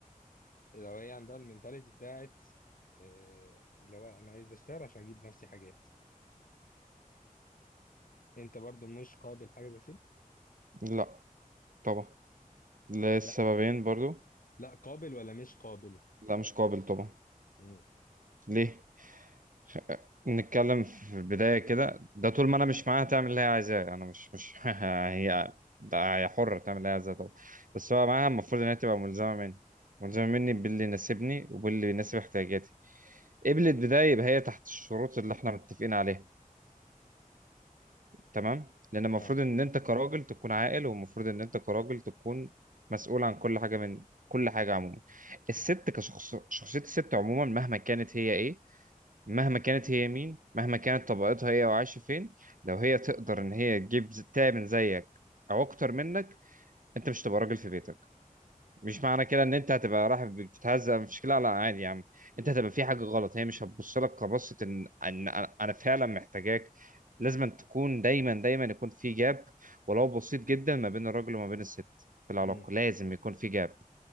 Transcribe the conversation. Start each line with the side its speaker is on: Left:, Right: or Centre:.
Left: لو هي عندها المنتاليتي بتاعت آه، اللي هو انا عايز اشتغل عشان اجيب نفسي حاجات انت برضو مش قابل حاجه زي كده
Right: لا طبعا للسببين
Left: لا
Right: برضو
Left: لا قابل ولا مش قابل
Right: لا مش قابل طبعا
Left: مم.
Right: ليه خ- نتكلم في البداية كده ده طول ما انا مش معاها تعمل اللي هي عايزاه انا مش مش <laughs> هي ده هي حرة تعمل اللي هي عايزاه طبعا بس هو معاها المفروض ان هي تبقى ملزمة مني ملزمة
Left: مم.
Right: مني باللي يناسبني وباللي يناسب احتياجاتي قبلت بداية يبقى هي تحت الشروط اللي احنا متفقين عليها تمام لان المفروض
Left: اه
Right: ان انت كراجل تكون عاقل والمفروض ان انت كراجل تكون مسؤول عن كل حاجه من كل حاجه عموما الست كشخص شخصيه الست عموما مهما كانت هي ايه مهما كانت هي مين مهما كانت طبقتها هي وعايشه فين لو هي تقدر ان هي تجيب ز- تمن زيك او اكتر منك انت مش تبقى راجل في بيتك مش معنى كده ان انت هتبقى رايح بتتهزق مش كده، لا لا عادي يا عم انت هتبقى في حاجه غلط هي مش هتبص لك كبصه ان ان انا أنا فعلا محتاجاك لازم أن تكون دايما دايما يكون في جاب ولو بسيط جدا ما بين الراجل وما بين الست في العلاقه
Left: مم.
Right: لازم يكون في جاب